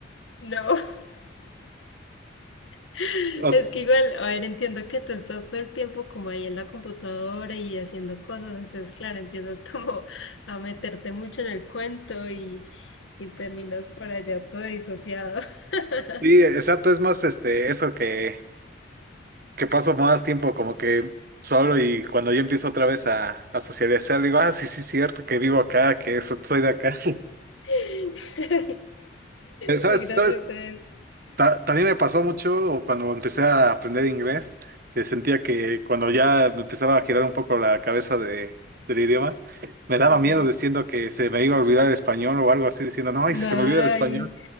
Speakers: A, on the left; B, on the right.
A: No, <laughs>
B: O-
A: es que igual, a ver, entiendo que tú estás todo el tiempo como ahí en la computadora y haciendo cosas, entonces claro, empiezas como a meterte mucho en el cuento y, y terminas por allá todo disociado. <laughs>
B: sí, exacto, es más este, eso que, que paso más tiempo como que solo y cuando yo empiezo otra vez a, a socializar, digo, ah, sí, sí, cierto, que vivo acá, que eso, soy de acá.
A: <laughs>
B: <laughs> ¿Sabes,
A: Muy gracioso
B: sabes
A: es.
B: Ta- también me pasó mucho cuando empecé a aprender inglés, que sentía que cuando ya me empezaba a girar un poco la cabeza de, del idioma, me daba
A: Ajá.
B: miedo diciendo que se me iba a olvidar el español o algo así, diciendo, no, y si
A: Ay.
B: se me olvida el español.